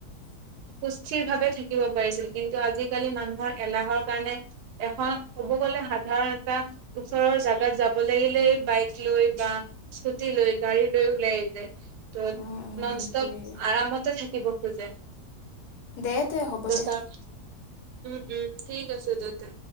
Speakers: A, on the left; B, on the right.
A: <inaudible>
B: সুস্থিৰ ভাৱে থাকিব পাৰিছিল। কিন্তু আজিকালি মানুহৰ এলাহৰ কাৰণে এখন ক'ব গ'লে সাধাৰণ এটা ওচৰৰ জাগাত যাব লাগিলে, বাইক লৈ বা স্কুটি লৈ গাড়ী এই দৰে ওলাইয়ে যায় ত
A: উম, উম,
B: নন
A: সেইটোৱে।
B: ষ্টপ আৰামতে থাকিব খোজে।
A: দে দে হ'ব
B: ত'
A: দে।
B: তাক উম ঠিক আছে দে